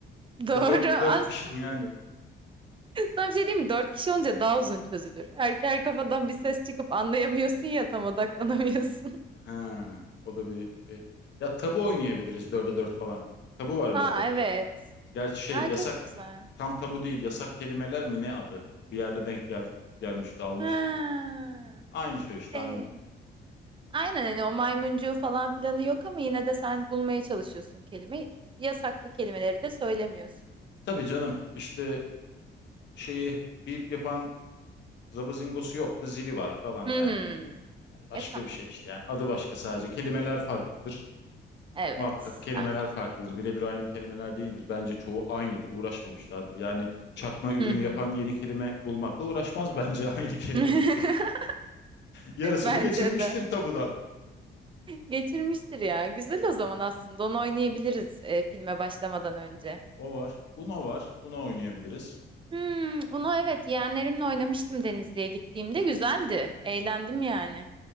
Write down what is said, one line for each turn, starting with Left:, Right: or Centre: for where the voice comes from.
Right: Doğru.
Left: Bir de dört
Right: <laughs> Aslında
Left: dört kişi <laughs> yani
Right: sana bir şey diyeyim mi? Dört kişi olunca daha uzun çözülür. Her, her kafadan bir ses çıkıp anlayamıyorsun ya tam odaklanamıyorsun. <laughs>
Left: Ha, o da bir şey tabii. Ya tabu oynayabiliriz dörde dört falan. Tabu var
Right: Ha
Left: bizde.
Right: evet.
Left: Gerçi şey
Right: Aa
Left: yasak
Right: çok güzel.
Left: tam tabu değil yasak kelimeler mi ne adı? Bir yerde denk gel gelmişti almıştık.
Right: Ha.
Left: Aynı şey işte
Right: Ee,
Left: aynı oyun.
Right: aynen hani o maymuncuğu falan filanı yok ama yine de sen bulmaya çalışıyorsun kelime. Yasaklı kelimeleri de söylemiyorsun.
Left: Tabii canım işte şeyi bip yapan zabazingosu yoktu zili var falan
Right: Hmm.
Left: yani. Başka
Right: E tamam.
Left: bir şey işte yani adı başka sadece kelimeler farklıdır.
Right: Evet
Left: Muhakkak kelimeler
Right: bence.
Left: farklıdır. Birebir aynı kelimeler değildir. Bence çoğu aynıdır. Uğraşmamışlardır. Yani çakma ürün
Right: Hı hı.
Left: yapan yeni kelime bulmakla uğraşmaz bence. <laughs> Aynı kelimeleri
Right: <laughs>
Left: ge- yarısını
Right: Bence
Left: geçirmiştir
Right: de.
Left: tabudan.
Right: Geçirmiştir ya. Güzel o zaman aslında. Onu oynayabiliriz e, filme başlamadan önce.
Left: O var. Uno var. Uno oynayabiliriz.
Right: Hmm, onu evet yeğenlerimle oynamıştım Denizli'ye gittiğimde. Güzeldi. Eğlendim yani.